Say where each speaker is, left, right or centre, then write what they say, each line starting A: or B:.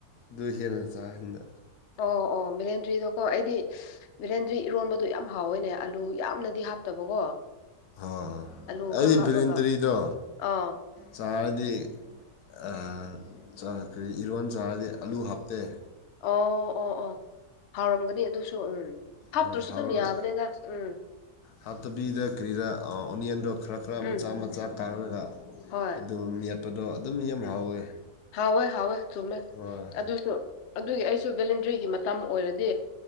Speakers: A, on the left; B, on the left.
A: ꯗꯨ ꯍꯦꯟꯅ ꯆꯥꯍꯟꯗ
B: ꯑꯣ ꯑꯣ ꯕꯤꯂꯦꯟꯗ꯭ꯔꯤꯗꯣꯀꯣ ꯑꯩꯗꯤ ꯚꯂꯦꯟꯗ꯭ꯔꯤ ꯏꯔꯣꯟꯕꯗꯨ ꯌꯥꯝ ꯍꯥꯎꯋꯦꯅꯦ ꯑꯂꯨ ꯌꯥꯝꯅꯗꯤ ꯍꯥꯞꯇꯕꯀꯣ꯫
A: ꯍ ꯍꯣꯏ
B: ꯑꯂꯨ
A: ꯑꯩ
B: ꯈꯔ ꯍꯥꯞꯂꯒ
A: ꯚꯂꯤꯟꯗꯔꯤꯗꯣ
B: ꯑꯥ
A: ꯆꯥꯔꯗꯤ ꯑ ꯆ ꯀꯔꯤ ꯏꯔꯣꯟ ꯆꯥꯔꯗꯤ ꯑꯂꯨ ꯍꯥꯞꯇꯦ
B: ꯑꯣ ꯑꯣ ꯑꯣ ꯍꯥꯎꯔꯝꯒꯅꯤ ꯑꯗꯨꯁꯨ ꯎꯝ ꯍꯥꯞꯇ꯭ꯔꯁꯨ
A: ꯍꯣꯏ ꯍꯥꯎꯔꯣꯏ
B: ꯑꯗꯨꯝ ꯌꯥꯕꯅꯦꯗ ꯎꯝ
A: ꯍꯥꯞꯇꯕꯤꯗ ꯀ꯭ꯔꯤꯔꯥ ꯑꯣꯅꯤꯌꯟꯗꯣ ꯈꯔ ꯈꯔ
B: ꯎꯝ
A: ꯃꯆꯥ ꯃꯆꯥ ꯀꯥꯔꯒ
B: ꯍꯣꯏ
A: ꯑꯗꯨ ꯃꯦꯠꯄꯗꯣ ꯑꯗꯨꯝ ꯌꯥꯝ
B: ꯎꯝ
A: ꯍꯥꯎꯋꯦ
B: ꯍꯥꯎꯋꯦ ꯍꯥꯎꯋꯦ ꯆꯨꯝꯃꯦ
A: ꯍꯣꯏ
B: ꯑꯗꯨꯁꯨ ꯑꯗꯨꯒꯤ ꯑꯩꯁꯨ ꯚꯦꯂꯦꯟꯗ꯭ꯔꯤꯒꯤ ꯃꯇꯝ ꯑꯣꯏꯔꯗꯤ